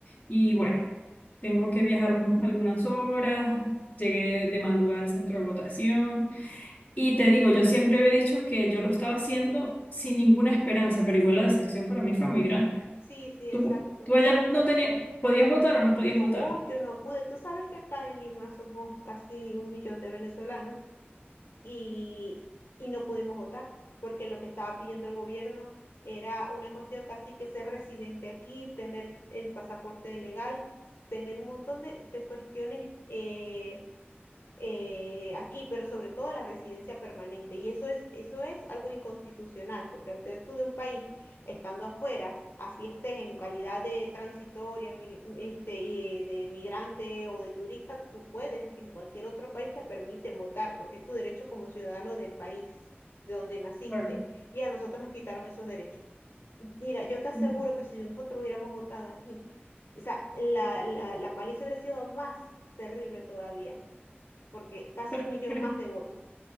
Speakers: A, on the left (about 35°); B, on the left (about 70°).
A: y bueno, tengo que viajar algunas horas, llegué de madrugada al centro de votación. Y te digo, yo siempre había dicho que yo lo estaba haciendo sin ninguna esperanza, pero igual la decepción para mí fue muy grande.
B: Sí, sí,
A: Tú,
B: exacto.
A: tú allá no tenías, ¿podías
B: Mm,
A: votar o no podías
B: No,
A: votar?
B: yo no pude. Tú sabes que acá en Lima somos casi un millón de venezolanos y, y no pudimos votar porque lo que estaba pidiendo el gobierno era una cuestión casi que ser residente aquí, tener el pasaporte legal, tener un montón de, de cuestiones eh, eh, aquí, pero sobre todo la residencia permanente. Y eso es, eso es algo inconstitucional, porque al ser tú de un país estando afuera, así estés en calidad de transitoria, mi- este, y de migrante o de turista, tú puedes, en cualquier otro país te permiten votar, porque es tu derecho como ciudadano del país de donde naciste.
A: Claro.
B: Y a nosotros nos quitaron esos derechos. Mira, yo te aseguro
A: Mm,
B: que si nosotros hubiéramos votado aquí, o sea, la, la, la paliza hubiera sido más terrible todavía porque casi
A: Pero,
B: un millón
A: pero,
B: más de votos.